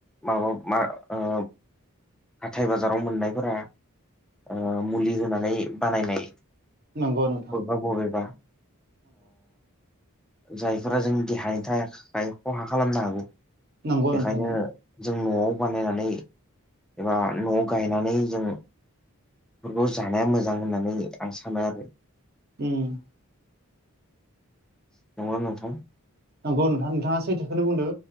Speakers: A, in the centre; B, on the right.
A: माबा मा ओ हाथाइ बाजाराव मोननायफोरा ओ मुलि होनानै बानायनाय
B: नंगौ नों
A: बबेबा बबेबा जायफोरा जों देहानि थाखाय खहा खालामनो हागौ
B: नंगौ
A: बेखायनो
B: नोंथां नंगौ
A: जों न'आव बानायनानै एबा न'आव गायनानै जों बेफोरखौ जानाया मोजां होननानै आं सानो आरो
B: ओम
A: <unintelligible> नोंथां
B: नंगौ नोंथां नोंथाङा सैथोखौनो बुंदों